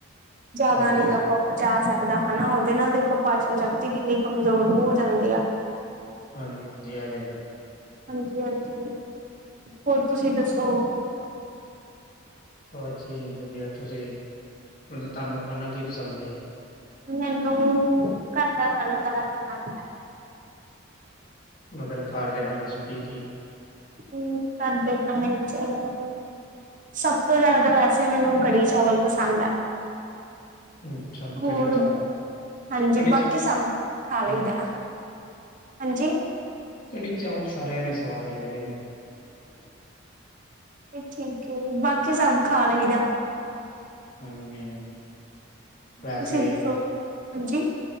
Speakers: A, on the right; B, on the left.
A: ਜਿਆਦਾ
B: ਹਾਂਜੀ
A: ਨਹੀਂ ਆਪਾਂ ਪਚਾ ਸਕਦੇ। ਸਕਦਾ ਹਨਾ ਉਹਦੇ ਨਾਲ ਦੇਖੋ ਪਾਚਨ ਸ਼ਕਤੀ ਕਿੰਨੀ ਕਮਜ਼ੋਰ ਹੋ ਜਾਂਦੀ ਆ।
B: ਹਾਂਜੀ ਜੀ ਅਦੇ।
A: ਹਾਂਜੀ ਹਾਂਜੀ ਹੋਰ ਤੁਸੀਂ ਦੱਸੋ?
B: ਹਾਂਜੀੀ ਵਧੀਆ ਤੁਸੀਂ ਮਤਲਬ ਤੁਹਾਨੂੰ ਖਾਣਾ ਕੀ ਪਸੰਦ ਏ?
A: ਮੈਨੂੰ ਘਰਦਾ ਖਾਣਾ ਜਿਆਦਾ ਪਸੰਦ ਹੈ।
B: ਮਤਲਬ ਘਰ ਦੇ ਖਾਣੇ ਚ ਕੀ ਕੀ?
A: ਹਮ ਘਰ ਦੇ ਖਾਣੇ ਚ। ਸਭ ਤੋਂ ਜ਼ਿਆਦਾ ਤਾਂ ਵੈਸੇ ਮੈਨੂੰ ਕੜੀ ਚਾਵਲ ਪਸੰਦ ਹੈ।
B: ਅੱਛਾ
A: ਹੋਰ
B: ਕੜੀ ਚਾਵਲ
A: ਹਾਂਜੀ
B: ਕੜੀ
A: ਬਾਕੀ
B: ਚਾਵਲ
A: ਸਭ ਖਾ ਲਈਦਾ।
B: ਨਹੀਂ
A: ਹਾਂਜੀ।
B: ਕੜੀ ਚਾਵਲ ਸਾਰਿਆਂ ਨੂੰ ਸਵਾਦ ਲੱਗਦੇ ਨੇ।
A: ਇਹ ਠੀਕ ਹੈ ਬਾਕੀ ਸਭ ਖਾ ਲਈਦਾ।
B: ਹਾਂਜੀ ਹਾਂਜੀ। ਵੈਸੇ
A: ਤੁਸੀਂ ਦੱਸੋ ਹਾਂਜੀ।